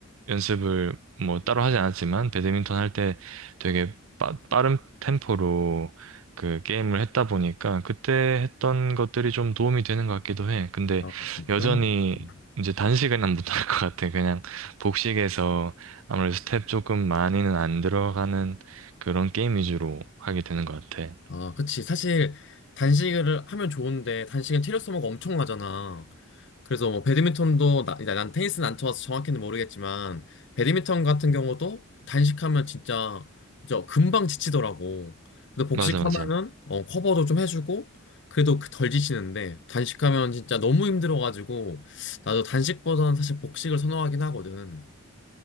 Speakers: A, on the right; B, on the left.
A: 연습을 뭐 따로 하지 않았지만 배드민턴 할 때 되게 빠, 빠른 템포로 그 게임을 했다 보니까 그때 했던 것들이 좀 도움이 되는 것 같기도 해. 근데
B: 아, 진짜?
A: 여전히
B: 음.
A: 이제 단식은 못할 것 같아. 그냥 복식에서 아무래도 스텝 조금 많이는 안 들어가는 그런 게임 위주로 하게 되는 것 같아.
B: 아, 그치. 사실 단식을 하면 좋은데 단식은 체력 소모가 엄청나잖아. 그래서 뭐 배드민턴도 나, 나- 난 테니스는 안 쳐서 정확히는 모르겠지만 배드민턴 같은 경우도 단식하면 진짜 저 금방 지치더라고. 근데 복식하면은
A: 맞아, 맞아.
B: 어, 커버도 좀 해주고 그래도 그덜 지치는데 단식하면 진짜 너무 힘들어가지고 나도 단식보다는 사실 복식을 선호하긴 하거든.